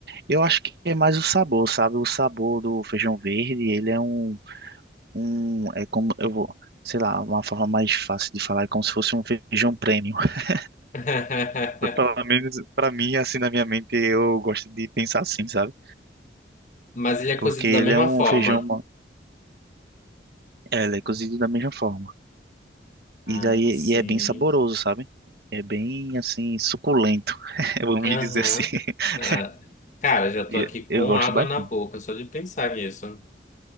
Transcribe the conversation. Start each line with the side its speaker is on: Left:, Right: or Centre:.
Right: eu acho que é mais o sabor, sabe? O sabor do feijão verde, ele é um, um, é como, eu vou, sei lá, uma forma mais fácil de falar, é como se fosse um feijão premium. <laughs>
Left: <laughs>
Right: Pelo menos pra mim, assim, na minha mente, eu gosto de pensar assim, sabe?
Left: Mas ele é
Right: Porque
Left: cozido
Right: ele
Left: da mesma
Right: é um
Left: forma.
Right: feijão, ma- é, ele é cozido da mesma forma.
Left: Ah,
Right: E daí
Left: sim.
Right: e é bem saboroso, sabe? É bem assim, suculento, <laughs> vamos
Left: Aham.
Right: dizer assim. <laughs>
Left: Ah, cara, já tô aqui
Right: E
Left: com
Right: Eu gosto
Left: água
Right: bastante.
Left: na boca, só de pensar nisso.